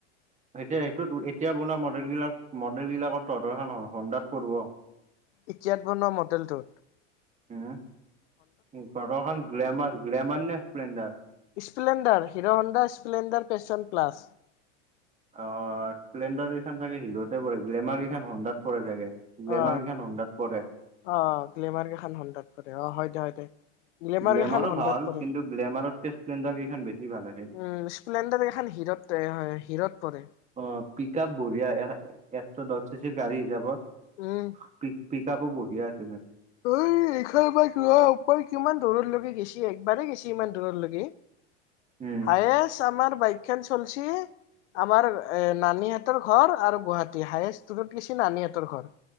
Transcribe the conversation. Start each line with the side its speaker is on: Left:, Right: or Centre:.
Right: এতিয়া সেইটো এতিয়া বনোৱা মডেল বিলাক মডেল বিলাকত তহঁতৰখন হন্দাত পৰিব।
Left: এতিয়াত বনোৱা মডেলটো।
Right: হো তহতৰখন গ্লেমাৰ গ্লেমাৰ নে? Splendor
Left: Splendor Hero Honda Splendor Passion plus.
Right: অ স্পেলণ্ডাৰ কেইখন চাগে হিৰোতে পৰে, গ্লেমাৰ কেইখন হন্দাত পৰে চাগে। গ্লেমাৰ
Left: অ
Right: কেইখন হন্দাত পৰে
Left: অ গ্লেমাৰ কেইখন হন্দাত পৰে, অহ হয় দে হয় দে। গ্লেমাৰকেখন
Right: গ্লেমাৰো
Left: হন্দাত
Right: ভাল
Left: পৰে।
Right: কিন্তু গ্লেমাৰতকে স্প্লেণ্ডাৰ কেইখন বেছি ভাল আছিল
Left: উম স্প্লেণ্ডাৰ কেইখন খন হিৰত হয় হিৰত পৰে।
Right: অ পিকাপ বঢ়িয়া <unintelligible> গাড়ী হিচাপত
Left: উম
Right: পি পিক আপো বঢ়িয়া আছে।
Left: এই এইশাৰ পৰা ৰ ওপ কিমান দূৰৰ লৈকে গেছি একবাৰেই গেছি ইমান দূৰৰ লৈগ।
Right: উম
Left: হায়েষ্ট আমাৰ বাইক খেন চলছে আমাৰ এ নানী হাটৰ ঘৰ আৰু গুৱাহাতী হায়েষ্ট দূৰত গৈছো নানী হতৰ ঘৰ,